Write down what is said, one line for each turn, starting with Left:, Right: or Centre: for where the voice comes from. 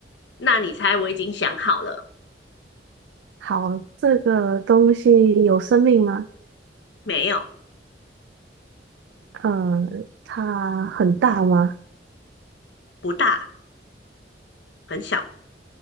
Left: 那你猜我已经想好了
Right: 好，这个东西有生命吗？
Left: 没有？
Right: 呃，它很大吗？
Left: 不大，很小，